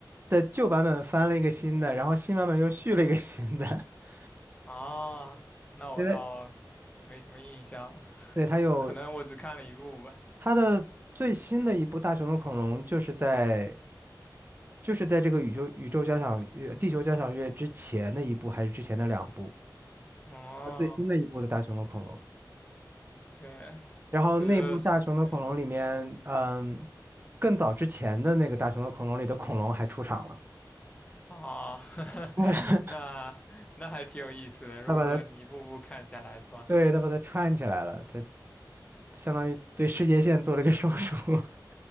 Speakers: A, on the right (about 30°); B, on the left (about 15°).
A: 的旧版本翻了一个新的，然后新版本又续了一个新的。<laughs>
B: 啊，那我倒没什么印象，
A: 对，它对，
B: <laughs>
A: 它有
B: 可能我只看了一部吧。
A: 它的最新的一部《大雄的恐龙》就是在就是在这个宇宙宇宙交响乐、地球交响乐之前的一部，还是之前的两部？
B: 哦。
A: 它最新的一部的《大雄的恐龙》，
B: 对，
A: 然后那部《大雄的恐龙》里面，
B: 这是对
A: 嗯，更早之前的那个《大雄的恐龙》里的恐龙还出场了，
B: 啊，<laughs>
A: <laughs>
B: 那那还挺有意思的。如果说你一步步看下来的话，
A: 他把它对他把它串起来了，他相当于对世界线做了个手术。<laughs>